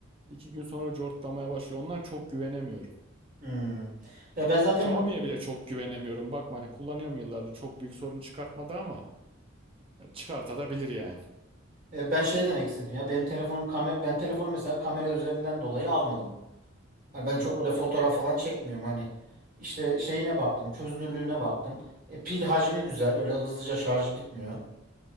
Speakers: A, on the right; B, on the right.
A: İki gün sonra cortlamaya başlıyor. Ondan çok güvenemiyorum.
B: Hmm. E ben zaten
A: Xiaomi'ye
B: bunu
A: bile çok güvenemiyorum. Bakma hani kullanıyorum yıllardır çok büyük sorun çıkartmadı ama çıkartabilir yani.
B: e, ben şey demek istedim ya benim telefonum kamera ben telefonu mesela kamera özelliğinden dolayı almadım. Hani ben
A: Hı hı.
B: çok öyle fotoğraf falan çekmiyorum hani. işte şeyine baktım, çözünürlüğüne baktım. E, pil hacmi güzel, öyle hızlıca şarjı bitmiyor.